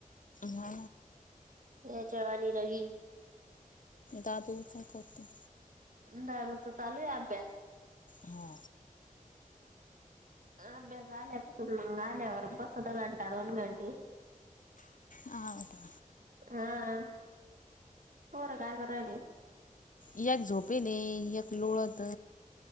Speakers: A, on the left; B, on the right.
A: हा
B: या चवा नि लगी
A: दादू काय करतो?
B: दादुचा चालू आहे अभ्यास.
A: हा.
B: अभ्यास आले पासून मंग आल्यावरर बस अ द घंटा दोन घंटे
A: हा का?
B: हा पोर काय करराय
A: एकक झोपेलेक लोळत